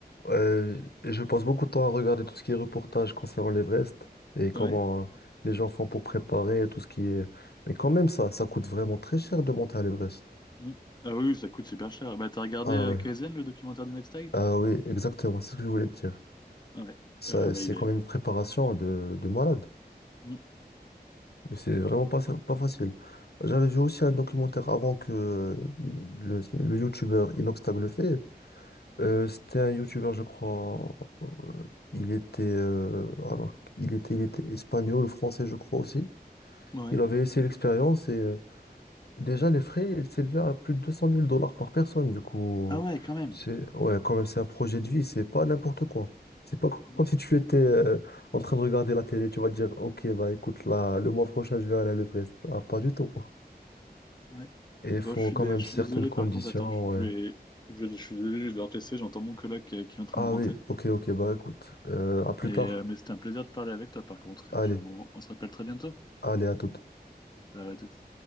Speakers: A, on the left (about 70°); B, on the left (about 25°).
A: euh, euh, je passe beaucoup de temps à regarder tout ce qui est reportage concernant l'Everest et comment
B: Ouais.
A: euh, les gens font pour préparer tout ce qui est... Mais quand même, ça, ça coûte vraiment très cher de monter à l'Everest.
B: Mm. Ah oui, oui, ça coûte super cher. Bah, t'as regardé
A: Ah
B: euh,
A: ouais,
B: Kaizen, le documentaire d'Inextag?
A: ah oui, exactement, c'est ce que je voulais te dire.
B: Ouais.
A: Ça,
B: Ah ouais,
A: c'est
B: il est-
A: quand même une préparation de, de malade.
B: Mm.
A: Mais c'est vraiment pas, ça- pas facile. J'avais vu aussi un documentaire avant que euh, le, le youtubeur Inoxtag le fait. Euh, c'était un youtubeur, je crois. euh, il était, euh, alors, il était, il était espagnol, français, je crois aussi.
B: Ouais.
A: Il avait essayé l'expérience et euh, Déjà, les frais, ils s'élevaient à plus de deux cent mille dollars par personne. Du coup,
B: Ah ouais, quand même.
A: c'est ouais, quand même, c'est un projet de vie, c'est pas n'importe quoi. C'est pas
B: Mm.
A: comme si tu étais euh, en train de regarder la télé, tu vas te dire, OK, bah écoute, là, le mois prochain, je vais aller à l'Everest. Ah, pas du tout.
B: Ouais.
A: Et il faut
B: Bon, je suis,
A: quand
B: dé-
A: même
B: je
A: certaines
B: suis désolé,
A: conditions.
B: par contre, attends, je
A: ouais.
B: je vais... Je, je suis désolé, je vais devoir te laisser, j'entends mon coloc qui, qui est en train
A: Ah
B: de rentrer.
A: oui, OK, OK, bah écoute, euh, à plus
B: Et,
A: tard.
B: euh, mais c'était un plaisir de parler avec toi, par contre.
A: Allez,
B: Et puis, on, on se rappelle très bientôt.
A: allez, à toute.
B: Ciao, à toutes.